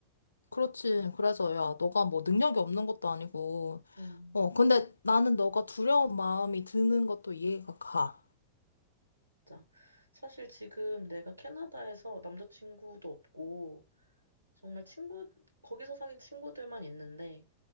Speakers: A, on the left (about 75°); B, on the right (about 85°).
A: 그렇지.
B: 음,
A: 그래서 야, 너가 뭐 능력이 없는 것도 아니고.
B: 음,
A: 어, 근데 나는 너가 두려운 마음이 드는 것도 이해가 가.
B: 맞아. 사실 지금 내가 캐나다에서 남자친구도 없고, 정말 친구, 거기서 사귄 친구들만 있는데,